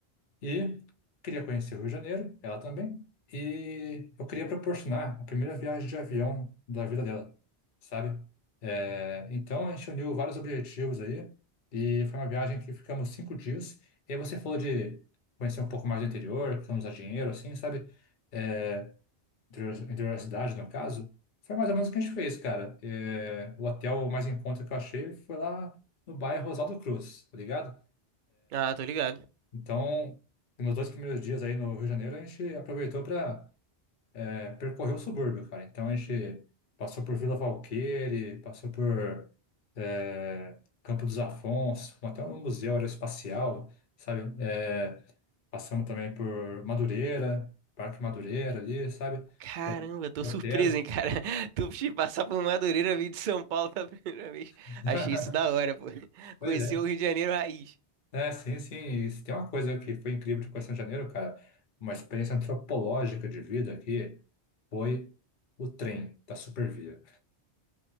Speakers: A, on the left; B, on the right.
A: e queria conhecer o Rio de Janeiro, ela também. E eu queria proporcionar a primeira viagem de avião da vida dela, sabe? É, então a gente uniu vários objetivos aí. E foi uma viagem que ficamos cinco dias. E aí você falou de conhecer um pouco mais do interior, que não usar dinheiro, assim, sabe? É, interior da cidade, no caso, foi mais ou menos o que a gente fez, cara. É, o hotel mais em conta que eu achei foi lá no bairro Rosaldo Cruz, tá ligado?
B: Ah, tô ligado.
A: Então, nos dois primeiros dias aí no Rio de Janeiro, a gente aproveitou para percorrer o subúrbio, cara. Então, a gente passou por Vila Valqueire, passou por é, Campo dos Afonsos, fomos até um museu aeroespacial, sabe? É, passamos também por Madureira, Parque Madureira ali, sabe?
B: Caramba, tô
A: Portela.
B: surpreso, hein, cara. <laughs> Tu te passar por Madureira, vir de São Paulo pela <laughs> primeira vez.
A: <laughs>
B: Achei isso da hora, pô.
A: Pois
B: Conheceu
A: é.
B: o Rio de Janeiro raiz.
A: É, sim, sim. E se tem uma coisa que foi incrível de Coração de Janeiro, cara, uma experiência antropológica de vida aqui, foi o trem da Supervia.